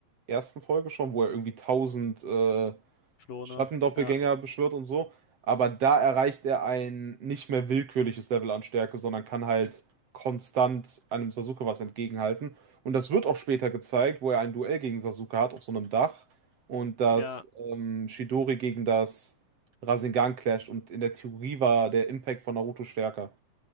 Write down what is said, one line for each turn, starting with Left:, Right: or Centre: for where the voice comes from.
Right: ersten Folge schon, wo er irgendwie 1000 äh,
Left: Klone,
Right: Schattendoppelgänger
Left: ja,
Right: beschwört und so. Aber da erreicht er ein nicht mehr willkürliches Level an Stärke, sondern kann halt konstant einem Sasuke was entgegenhalten. Und das wird auch später gezeigt, wo er ein Duell gegen Sasuke hat auf so einem Dach und das
Left: ja,
Right: ähm, Chidori gegen das Rasengan clasht. Und in der Theorie war der Impact von Naruto stärker.